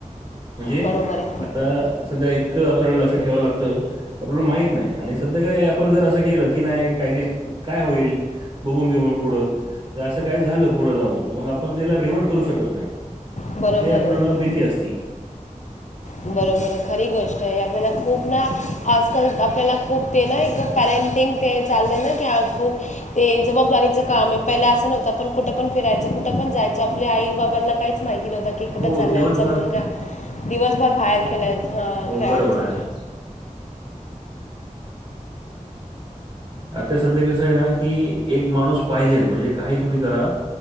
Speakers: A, on the right; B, on the left.
A: म्हणजे
B: बरोबर आहे
A: आता सध्या इतक आपल्याला लक्ष ठेवाव लागत आपल्याला माहित नाही आणि सध्या काही आपण जर असं केलं की नाही कायतरी काय होईल बघून घेऊ मग पुढं, तर असं काय झालं पुढं जाऊन मग आपण त्याला रिवट करू शकत नाही
B: बरोबर
A: ते आपल्याला
B: आहे
A: भीती असती.
B: बरोबर आहे खरी गोष्टय आपल्याला खूप ना आजकाल आपल्याला खूप ते ना एक पॅरेंटिंग ते चालल ना की आ खूप ते जबाबदारीचं काम आहे. पहिलं असं नव्हतं आपण कुठं पण फिरायचो. कुठं पण जायचो. आपल्या आई बाबांना काहीच- माहिती नव्हत की कुठं
A: हो
B: चाललाय
A: दिवसभर
B: आमचा मुलगा? क दिवसभर बाहेर खेलाय हं
A: हो
B: खेळायचो.
A: बरोबर आहे आता सध्या कसं आहे ना? की एक माणूस पाहिजेल म्हणजे काही तुम्ही करा.